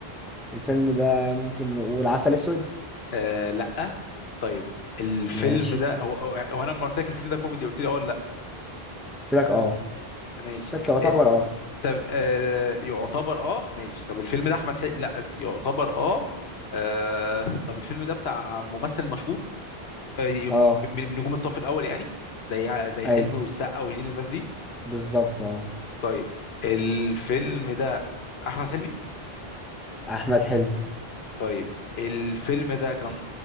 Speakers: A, in the centre; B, on the left.
A: الفيلم ده ممكن نقول عسل اسود
B: آه لا طيب الفيلم
A: ماشي
B: ده هو هو هو انا لما قلت لك الفيلم ده كوميدي قلت لي اه ولا لا
A: قلت لك اه
B: ماشي
A: سكة يعتبر اه
B: طب آه يعتبر اه ماشي طب الفيلم ده احمد حلمي لا أس- يعتبر اه آه، طب الفيلم ده بتاع ممثل مشهور آه، م-
A: اه
B: م- من نجوم الصف الاول يعني زي زي
A: ايوه
B: حلمي والسقا وهنيدي والناس دي
A: بالظبط اه
B: طيب الفيلم ده احمد حلمي
A: احمد حلمي
B: طيب الفيلم ده كان